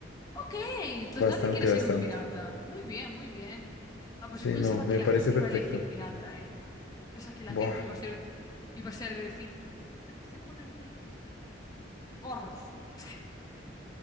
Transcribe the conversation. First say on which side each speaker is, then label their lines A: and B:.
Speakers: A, on the left; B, on the left.
A: Ok, entonces
B: Bastante,
A: nadie quiere ser
B: bastante.
A: un pirata. Muy bien, muy bien. Ah, pues
B: Sí,
A: yo pensaba
B: no, me
A: que la
B: parece
A: gente
B: perfecto.
A: iba a elegir pirata, ¿eh? Yo pensaba que la gente
B: Buah.
A: iba a ser, iba a ser de decir, no, me apetece ponerme gorros. <laughs>